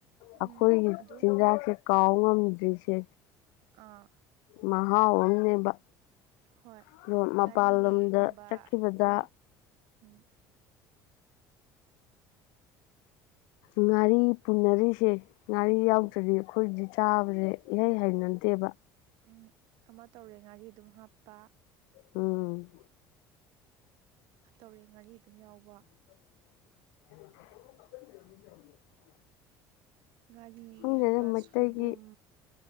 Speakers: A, on the right; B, on the left.
A: ꯎꯝ
B: ꯑꯩꯈꯣꯏꯒꯤ
A: ꯑꯗꯨꯝ
B: ꯆꯤꯟꯖꯥꯛꯁꯦ ꯀꯥꯎ ꯉꯝꯗ꯭ꯔꯤꯁꯦ
A: ꯑꯥ
B: ꯃꯍꯥꯎ ꯑꯃꯝꯅꯦꯕ
A: ꯍꯣꯏ
B: ꯑꯗꯣ ꯃꯄꯥꯜ
A: ꯉꯥꯔꯤꯒꯨꯝꯕ
B: ꯂꯥꯝꯗ ꯆꯠꯈꯤꯕꯗ
A: ꯑꯗꯨꯝ ꯎꯝ
B: ꯉꯥꯔꯤ ꯄꯨꯟꯅꯔꯤꯁꯦ ꯉꯥꯔꯤ
A: ꯎꯝ
B: ꯌꯥꯎꯗ꯭ꯔꯗꯤ ꯑꯩꯈꯣꯏꯗꯤ ꯆꯥꯕꯁꯦ ꯏꯍꯩ ꯍꯩꯅꯗꯦꯕ
A: ꯎꯝ ꯑꯃ ꯇꯧꯔꯦ ꯉꯥꯔꯤ ꯑꯗꯨꯝ ꯍꯥꯞꯄ
B: ꯑꯝ
A: ꯇꯧꯔꯦ ꯉꯥꯔꯤ ꯑꯗꯨꯝ ꯌꯥꯎꯕ
B: <inaudible>
A: ꯉꯥꯔꯤ
B: ꯈꯪꯗꯦꯗ
A: ꯍꯦꯟꯇꯥꯛ
B: ꯃꯩꯇꯩꯒꯤ
A: ꯁꯣꯏꯕꯨꯝ